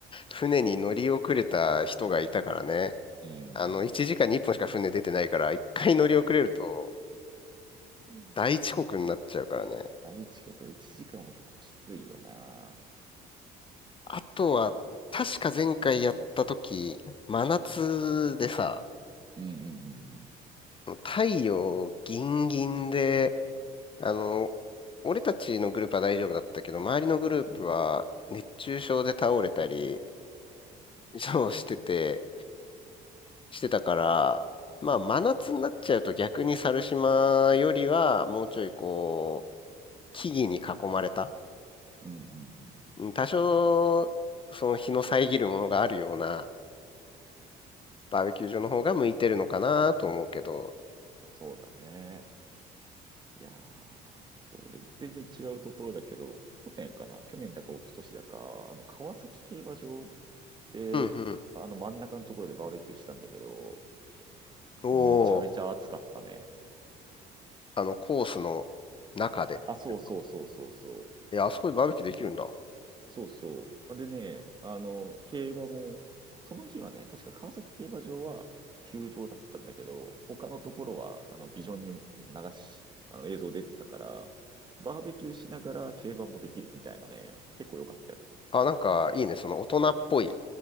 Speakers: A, on the left; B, on the right.
A: 船に乗り遅れた人がいたからね。
B: うん。
A: あの、1時間に1本しか船出てないから、1回乗り遅れると
B: うん
A: 大遅刻になっちゃうからね。
B: 大遅刻1 <laughs> 時間は結構きついよな。
A: あとは、確か前回やった時、真夏でさ、
B: うんうん
A: 太陽ギンギンで、あの、俺たちのグループは大丈夫だったけど、周りのグループは熱中症で倒れたり、
B: うんうん。
A: そうしてて、してたから、まあ真夏になっちゃうと逆に猿島よりはもうちょいこう、木々に囲まれた
B: うんうんうんうん。
A: うん多少、その日の遮るものがあるようなバーベキュー場の方が向いてるのかなと思うけど。
B: あそうだね。いやー、そう、俺、全然違うところだけど、去年かな、去年だか一昨年だか、あの、川崎競馬場で、
A: うんうん。
B: あの真ん中のところでバーベキューしたんだけど、
A: おお、
B: めちゃめちゃ暑かったね。
A: あの、コースの中でってこ
B: あ、そうそうそうそうそう。
A: と。いや、あそこでバーベキューできるんだ。
B: そうそう。でね、あの、競馬も、その日はね、確か川崎競馬場は休場だったんだけど、他のところは、あの、ビジョンに流し、あの、映像出てたから、バーベキューしながら競馬もできるみたいなね、結構良かったよ。
A: あ、なんか、いいね。その大人っぽい。